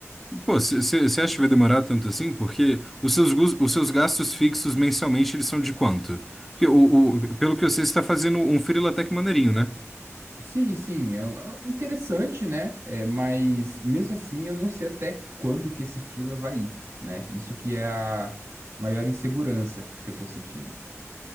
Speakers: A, in the centre; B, on the right (about 60°).
A: Pô, você acha que vai demorar tanto assim? Porque os seus, gus- os seus gastos fixos mensalmente, eles são de quanto? Porque o, o- pelo que eu sei, você está fazendo um freela até que maneirinho, né?
B: Sim, sim, é, é interessante, né? É, mas mesmo assim, eu não sei até quando que esse freela vai ir, né? Isso que é a maior insegurança que eu tô sentindo.